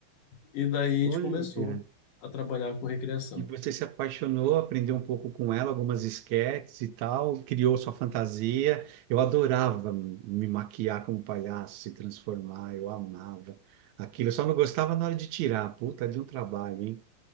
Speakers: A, on the left; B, on the right.
A: E daí a
B: olha.
A: gente começou a trabalhar com recreação.
B: E você se apaixonou, aprendeu um pouco com ela, algumas esquetes e tal, criou sua fantasia. Eu adorava me maquiar como palhaço, se transformar, eu amava aquilo. Eu só não gostava na hora de tirar, puta, de um trabalho, hein?